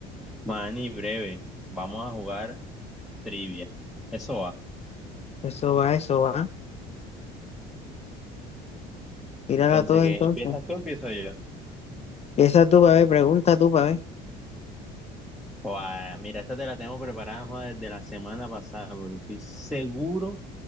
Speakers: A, in the centre; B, on the left.
A: Mani, breve. Vamos a jugar trivia. Eso va.
B: Eso va, eso va. Tírala
A: Entonces,
B: todo
A: ¿qué?
B: entonces.
A: ¿Empiezas tú o empiezo yo?
B: Esa tú, para ver, pregunta tú, para ver.
A: Guau, mira, esta te la tengo preparada joder, desde la semana pasada, porque estoy seguro,